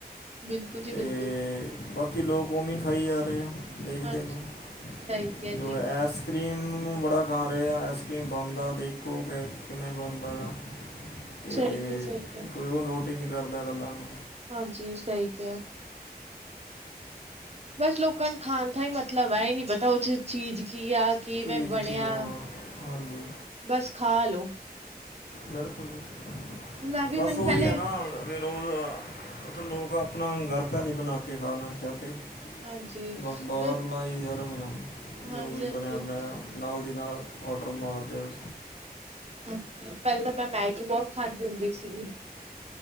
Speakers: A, on the right; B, on the left.
A: ਬਿਲਕੁਲ ਜੀ
B: ਤੇ
A: ਬਿਲਕੁਲ।
B: ਬਾਕੀ ਲੋਕ ਔ ਵੀਂ ਖਾਈ ਜਾ ਰਹੇ, ਆ ਦੇਖਦੇ
A: ਹਾਂਜੀ
B: ਨਹੀਂ
A: ਸਹੀ ਕਿਹਾ ਜੀ,
B: ਜੋ ਐਸ ਆਈਸ ਕਰ੍ਰੀਮ ਨੂੰ ਬੜਾ ਖਾ ਰਿਹਾ ਆਈਸਕ੍ਰੀਮ ਬਣਦਾ ਦੇਖੋ, ਕਿ ਕਿਵੇਂ ਬਣਦਾ ਗਾ। ਤੇ
A: ਸਹੀ ਕਿਹਾ ਸਹੀ ਕਿਹਾ,
B: ਕੋਈ ਉਹ ਨੋਟ ਹੀ ਨਹੀਂ ਕਰਦਾ ਗੱਲਾਂ ਨੂੰ
A: ਹਾਂਜੀ ਸਹੀ ਕਿਹਾ। ਬਸ ਲੋਕਾਂ ਨੂੰ ਖਾਣ ਦਾ ਹੀ ਮਤਲਬ ਹੈ ਇਹ ਨੀ ਪਤਾ ਉਹ ਚ ਚੀਜ਼ ਕੀ ਆ ਕਿਵੇਂ
B: ਚੀਜ਼
A: ਬਣਿਆ।
B: ਕੀ ਆ ਹਾਂ ਹਾਂਜੀ
A: ਬਸ ਖਾ ਲਓ
B: ਬਿਲਕੁਲ ਜੀ,
A: ਮੈਂ ਵੀ
B: ਬਸ
A: ਮੈਨੂੰ
B: ਉਹੀ
A: ਪਹਿਲੇ
B: ਹੈ ਨਾ ਫਿਰ ਉਹ ਉ ਤਾਂ ਲੋਕ ਆਪਣਾ ਘਰ ਕਾ ਨਹੀਂ ਬਣਾ ਕੇ ਖਾਣਾ ਚਾਹੁੰਦੇ
A: ਹਾਂਜੀ
B: ਬਸ ਬਾਹਰਲਾ
A: ਅ
B: ਹੀ ਸਾਰਾ ਕੁਝ ਆ,
A: ਹਾਂਜੀ
B: ਜੋ ਵੀ
A: ਹਾਂਜੀ।
B: ਬਣਇਆ ਬਣਾਇਆ ਨਾਲ ਦੀ ਨਾਲ ਔਡਰ ਮਾਰ ਦਿਓ
A: ਪਹਿਲਾਂ ਤਾਂ ਮੈਂ ਮੈਗੀ ਬਹੁਤ ਖਾਂਦੀ ਹੁੰਦੀ ਸੀਗੀ